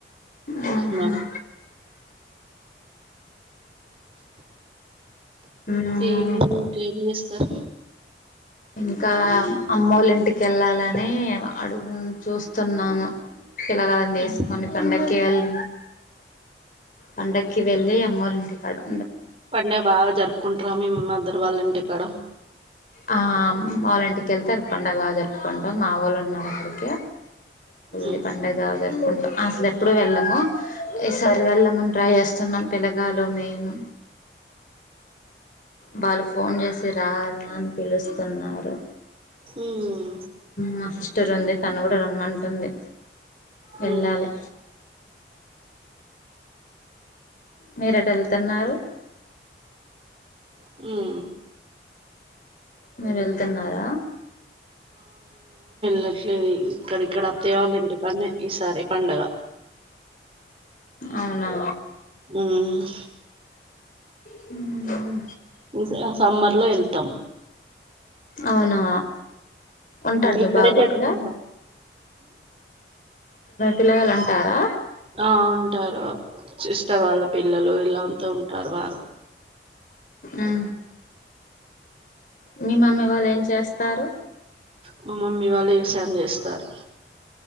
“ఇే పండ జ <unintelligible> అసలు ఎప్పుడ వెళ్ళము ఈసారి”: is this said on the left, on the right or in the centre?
Left